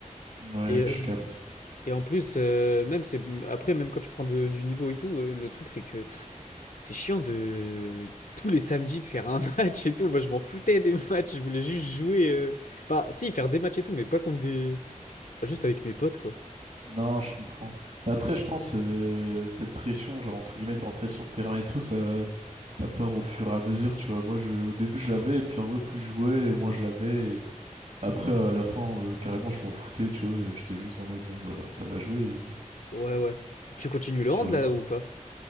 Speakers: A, on the right; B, on the left.
A: Ouais,
B: Et, euh,
A: je capte.
B: et en plus, euh, même c'est après, même quand tu prends de- du niveau et tout, euh, le truc c'est que pff, c'est chiant de tous les samedis de faire un <laughs> match et tout. Moi, je m'en foutais des matchs, je voulais juste jouer. euh, Enfin, si, faire des matchs et tout, mais pas contre des. enfin, juste avec mes potes, quoi.
A: Non, je comprends. Mais Après, je pense euh, cette pression, genre entre guillemets, de rentrer sur le terrain et tout, ça ça part au fur et à mesure, tu vois. Moi, je au début, je l'avais, et puis en vrai, plus je jouais, moins je l'avais. Après, à la fin, euh, carrément, je m'en foutais, tu vois. J'étais juste en mode, bon, bah, ça va jouer, et
B: Ouais, ouais. Tu continues le
A: puis
B: hand
A: voilà,
B: là
A: quoi.
B: ou pas?